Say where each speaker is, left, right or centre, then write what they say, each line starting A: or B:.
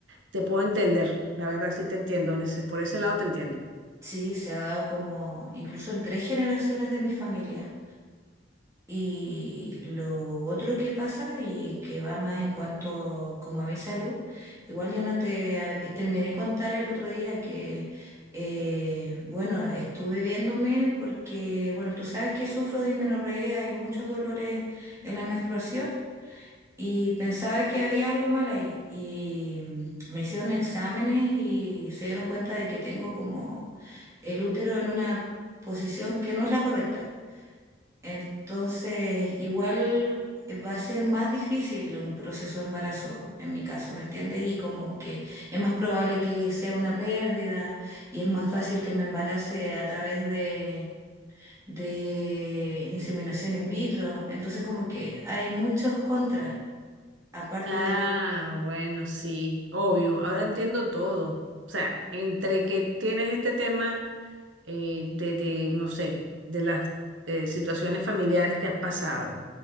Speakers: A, on the right; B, on the right.
A: te puedo entender, la verdad sí te entiendo, en ese- por ese lado te entiendo.
B: sí, se ha dado como incluso en tres generaciones de mi familia. Y lo otro que pasa y que va más en cuanto como a mi salud, igual yo no te a- eh, terminé de contar el otro día que, eh, bueno, estuve viéndome porque, bueno, tú sabes que sufro de dismenorrea y muchos dolores en la menstruación y pensaba que había algo mal ahí y mm, me hicieron exámenes y se dieron cuenta de que tengo como el útero en una posición que no es la correcta. Entonces, igual va a ser más difícil un proceso de embarazo, en mi caso, ¿me entiendes? Y como que es más probable que sea una pérdida y es más fácil que me embarace a través de, de inseminación in vitro. Entonces, como que hay muchos contras, aparte
A: Ah,
B: de lo...
A: bueno, sí, obvio, ahora entiendo todo. O sea, entre que tienes este tema eh, de, de, no sé, de las eh, situaciones familiares que has pasado.